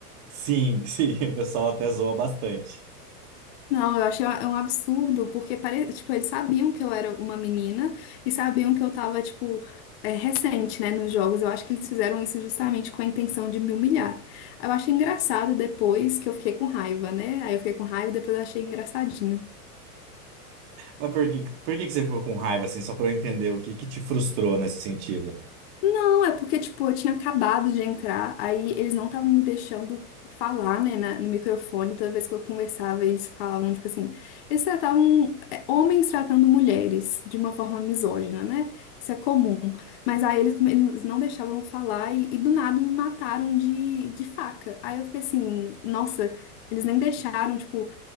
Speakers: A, on the right (about 45°); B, on the left (about 40°).
A: Sim, sim, <laughs> o pessoal até zoa bastante.
B: Não, eu achei um absurdo, porque pare... tipo, eles sabiam que eu era uma menina e sabiam que eu tava, tipo, é, recente, né, nos jogos. Eu acho que eles fizeram isso justamente com a intenção de me humilhar. Eu achei engraçado depois que eu fiquei com raiva, né? Aí eu fiquei com raiva e depois eu achei engraçadinho.
A: Mas por que, por que que você ficou com raiva, assim, só para eu entender o que que te frustrou nesse sentido?
B: Não, é porque, tipo, eu tinha acabado de entrar, aí eles não estavam me deixando falar, né, na- no microfone. Toda vez que eu conversava, eles falavam, tipo assim, eles tratavam é, homens tratando mulheres de uma forma misógina, né? Isso é comum. Mas aí eles, come- eles não deixavam eu falar e, e do nada me mataram de, de faca. Aí eu fiquei assim, nossa, eles nem deixaram, tipo,